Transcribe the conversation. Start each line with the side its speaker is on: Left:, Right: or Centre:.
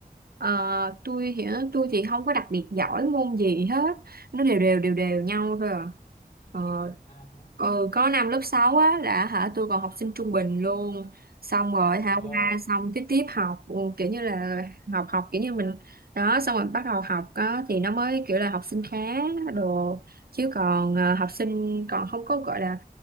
Right: Ờ, tôi thì tôi thì không có đặc biệt giỏi môn gì hết nó đều đều đều đều nhau thôi à ờ,
Left: À thế à.
Right: ừ, có năm lớp 6 á là hả tôi còn học sinh trung bình luôn xong rồi
Left: Rồi.
Right: hả qua xong tiếp tiếp học ừ, kiểu như là học học kiểu như mình đó xong rồi bắt đầu học á thì nó mới kiểu là học sinh khá đồ chứ còn ờ, học sinh còn không có gọi là